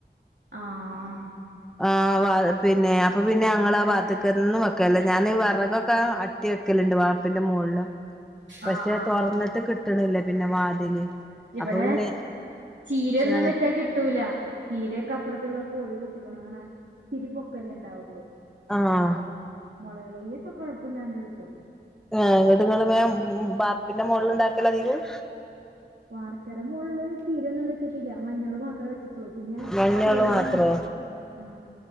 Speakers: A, on the right; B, in the centre.
A: ആ ആ
B: ആ വ പിന്നെ അപ്പൊ പിന്നെ ഞങ്ങളാ ആ വാത്തക്കൊന്നും വെക്കലില്ലാ ഞാൻ ഈ വിറകൊക്കെ അട്ടി വെക്കലുണ്ട് വാർപ്പിന്റെ മോളില് പക്ഷെ
A: ആഹ് ആഹ്
B: തുറന്നിട്ട്
A: ആഹ്
B: കിട്ടണില്ല പിന്നെ വാതില്
A: ഇവിടെ
B: അപ്പൊ പിന്നെ
A: ചീരയൊന്നും
B: ഞാന്
A: വെച്ചാ കിട്ടൂല ചീരൊക്കെ അപ്പറത്തുള്ള കോഴി കൊത്തിക്കണു കാണാ ത്തിരിപ്പൊക്കല്ലെ ഉണ്ടാവുള്ളൂ
B: ആഹ്
A: മുളക് തൈ ഒക്കെ കുഴപ്പയില്ലാണ്ട് കിട്
B: ആ ഇങ്ങട്ട് ഇങ്ങള് വേം മ് ബാർപ്പിന്റെ മോളിൽ ഉണ്ടാക്കല അധികോം
A: വാർക്കേടെ മോളില് ചീരൊന്നും വെച്ചിട്ടില്ല മഞ്ഞള് മാത്രേ വെച്ചിട്ടുള്ളൂ, പിന്നെ
B: മഞ്ഞള്
A: കോഴിയുണ്ട്,
B: മാത്രോ
A: ആ